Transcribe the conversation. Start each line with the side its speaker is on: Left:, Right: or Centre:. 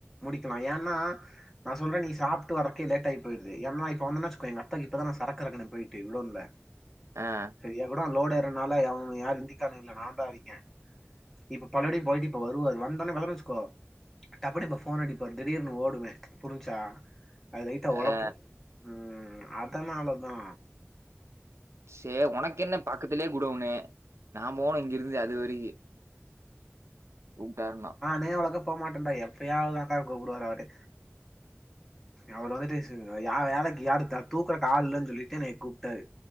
Centre: முடிக்கலா ஏன்னா நா சொல்ற நீ சாப்ட்டு வரக்கே லேட்யாயி போய்ருது ஏன்னா இப்ப வந்தனா வெச்சுகோ எங்க அத்தைக்கு இப்பதா நா சரக்கு எரக்குன போயிட்டு குடோனுல
Right: அ
Centre: சரியா கூட லோடுறனால எவ யாரு இந்திக்காரனுங் இல்ல நா தா இருக்கே இப்ப பலபடியு போயிட்டு இப்ப வருவாரு வந்தோன வர்லன வெச்சுக்கோ டப்புனு இப்ப போன் அடிப்பாரு திடீர்னு ஓடுவே புரிஞ்சா அது லைட்டா ஒழப்பு
Right: ஆ
Centre: ம் அதனாலதா
Right: சே ஒனக்கென்ன பக்கத்துலே கூடவுனு நா போனு இங்கெருந்து அது வரைக்கு கூப்டாருனா
Centre: னே அவளக்கா போ மாட்டன்டா எப்பயாவ்து தான்டா கூப்பிடுவாரு அவரே அவரு வந்துட்டு ய வேலைக்கு யாரு த தூக்கறக்கு ஆள் இல்லன் சொல்லிட்டு என்னய கூப்ட்டாரு